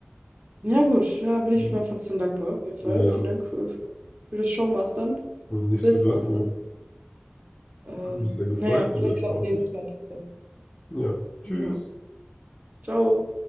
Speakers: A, on the right; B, on the left.
A: Ja gut, da bin ich
B: Hm,
A: mal trotzdem dankbar, auf jeden Fall.
B: Ja,
A: Vielen Dank für, für, für das Showmastern,
B: und nicht
A: Quizmastern.
B: zu danken.
A: Ähm,
B: Hat mich sehr gefreut,
A: naja,
B: war
A: vielleicht
B: sehr spaßig.
A: klappt es nächstes Mal besser.
B: Ja, tschüss.
A: Ja, ciao.